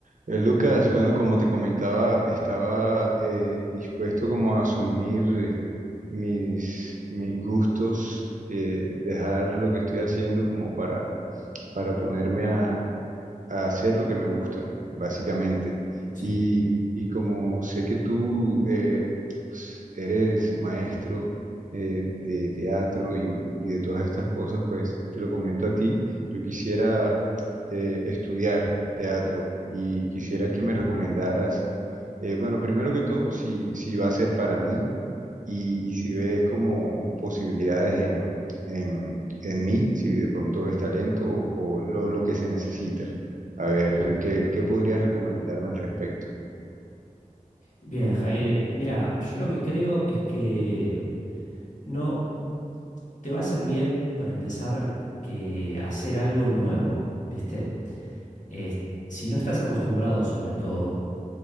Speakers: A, on the right (about 75°); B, on the left (about 70°).
A: Eh, Lucas, bueno, como te comentaba, estaba eh, dispuesto como a asumir eh, mis, mis gustos, eh, dejar lo que estoy haciendo como para, para ponerme a, a hacer lo que me gusta, básicamente.
B: Sí.
A: Y, y como sé que tú eh, pues, eres maestro eh, de teatro y, y de todas estas cosas, pues te lo comento a ti. Yo quisiera eh, estudiar teatro y quisiera que me recomendaras, eh, bueno, primero que todo, si, si va a ser para mí y, y si ves como posibilidades en... En, en mí, si de pronto ves talento o, o lo lo que se necesita. A ver, ¿qué, qué podrías recomendarme al respecto?
B: Bien, Jair. Mira, yo lo que creo es que no te va a ser bien para empezar que hacer algo nuevo, ¿viste? Eh, si no estás acostumbrado, sobre todo,